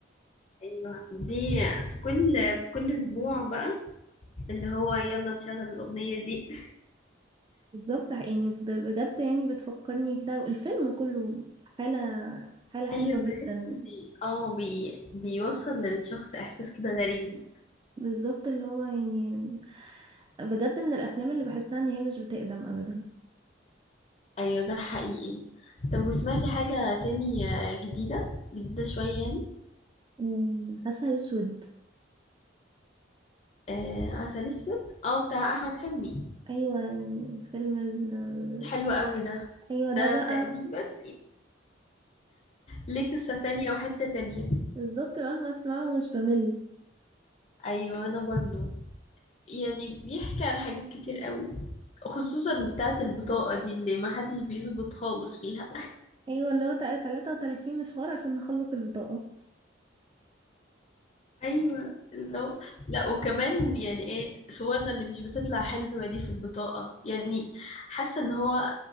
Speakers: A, on the left (about 35°); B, on the right (about 25°).
A: ايوه دي في كل في كل اسبوع بقى اللي هو يلا نشغل الاغنية دي
B: بالظبط يعني ب- بجد يعني بتفكرني كده الفيلم كله حاله حاله حلوه
A: ايوه
B: جدا
A: بحس ان اه بي... بيوصل للشخص احساس كده غريب
B: بالظبط اللي هو يعني بجد من الافلام اللي بحسها ان هي مش بتقدم ابدا
A: ايوه ده حقيقي طب وسمعتي حاجة تاني آه، جديدة جديدة شوية يعني
B: أمم، عسل اسود
A: آه عسل اسود اه بتاع احمد حلمي
B: ايوه يعني فيلم ال-
A: حلو قوي ده
B: ايوه ده
A: ده
B: بقى
A: تقريبا ليه قصة تانية وحتة تانية
B: بالظبط مهما اسمعه مش بمل
A: ايوه انا برضو يعني بيحكي عن حاجات كتير قوي خصوصا بتاعة البطاقة دي اللي محدش بيظبط خالص فيها
B: ايوه اللي هو تل- 33 مشوار عشان نخلص البطاقة
A: ايوه لو لا وكمان يعني ايه صورنا اللي مش بتطلع حلوه دي في البطاقه يعني حاسه ان هو